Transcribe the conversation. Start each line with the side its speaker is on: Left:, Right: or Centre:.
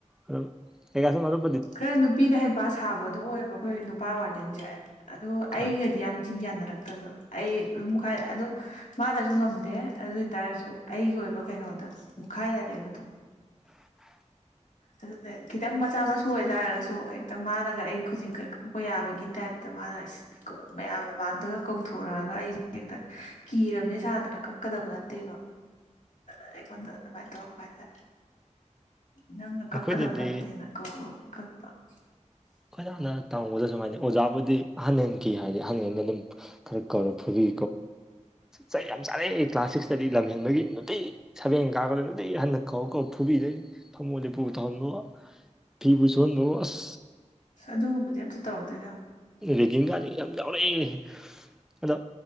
Centre: ꯑꯗꯨꯝ ꯀꯩꯀꯥꯏ ꯁꯨꯝ ꯑꯗꯨꯝ
Left: ꯈꯔ ꯅꯨꯄꯤꯗ ꯍꯩꯄꯥ ꯁꯥꯕꯗꯣ ꯑꯣꯏꯕ ꯑꯩꯈꯣꯏ ꯅꯨꯄꯥ ꯋꯥꯔꯗꯦꯟꯁꯦ ꯑ ꯑꯩꯒꯗꯤ
Centre: ꯍꯣꯏ
Left: ꯌꯥꯝ ꯊꯤꯅ ꯌꯥꯅꯔꯛꯇꯕ ꯑꯩ ꯑꯗꯨꯝ ꯃꯈꯥꯏ ꯑꯗꯨꯝ ꯃꯥꯅꯁꯨ ꯉꯝꯗꯦ ꯑꯗꯨ ꯑꯣꯏꯇꯥꯔꯁꯨ ꯑꯩꯒꯤ ꯑꯣꯏꯕ ꯀꯩꯅꯣꯗ ꯃꯨꯛꯈꯥꯏꯅꯔꯦꯕꯗꯣ
Centre: <inaudible>
Left: ꯑꯗꯨ ꯈꯤꯇꯪ ꯃꯆꯥ ꯃꯁꯨ ꯁꯨ ꯑꯣꯏ ꯇꯥꯔꯒꯁꯨ ꯍꯦꯛꯇ ꯃꯥꯅꯒ ꯑꯩ ꯈꯨꯖꯤꯤꯡ ꯀꯛꯂꯛꯄ ꯌꯥꯕꯒꯤ ꯇꯥꯏꯞꯇ ꯃꯥꯅ ꯃꯌꯥꯝ ꯑꯃ ꯥꯟꯗꯒ ꯀꯧꯊꯣꯔꯛꯑꯒ ꯑꯩꯁꯦ ꯍꯦꯛꯇ ꯀꯤꯔꯕꯅꯦ ꯁꯥꯗꯅ ꯀꯛꯀꯗꯕ ꯅꯠꯇꯦꯕ ꯑꯔꯤꯒꯣꯟ ꯅ ꯃꯥꯏ ꯇꯔꯄꯥꯏꯗꯦ ꯅꯪ ꯀꯛꯗꯕꯅꯠꯇꯦꯅ
Centre: ꯑꯩꯈꯣꯏꯗꯗꯤ
Left: ꯀꯣ <unintelligible>
Centre: ꯑꯩꯣꯏ ꯌꯥꯝꯅ ꯇꯧꯕꯗ ꯁꯨꯃꯥꯏꯅ ꯑꯣꯖꯥꯕꯨꯗꯤ ꯑꯍꯟ ꯍꯟꯈꯤ ꯍꯥꯏꯗꯤ ꯑꯍꯟ ꯍꯟꯗ ꯑꯗꯨꯝ ꯈꯔ ꯀꯧꯔ ꯐꯨꯕꯤ ꯁ ꯌꯥꯝ ꯆꯥꯅꯩ ꯀ꯭ꯂꯥꯁ ꯁꯤꯛꯁꯇꯗꯤ ꯂꯝ ꯍꯦꯟꯕꯒꯤ ꯅꯨꯇꯩ ꯁꯕꯦꯟ ꯀꯥꯒ ꯍꯟꯅ ꯀꯧ ꯀꯧ ꯐꯨꯕꯤꯗꯩ ꯊꯝꯃꯣꯗꯤ ꯄꯨꯨꯕꯨ ꯇꯧꯍꯟꯕꯣ ꯐꯤꯕꯨ ꯁꯨꯍꯟꯕꯣ ꯑꯁ
Left: ꯑꯁ ꯑꯗꯨꯒꯨꯝꯕꯗꯤ ꯑꯝꯇ ꯇꯧꯔꯛꯇꯣꯏꯅ
Centre: ꯔꯦꯒꯤꯡꯒꯥꯥꯁ ꯌꯥꯝ ꯌꯥꯎꯔꯛꯑꯦꯅꯦ ꯑꯗꯣ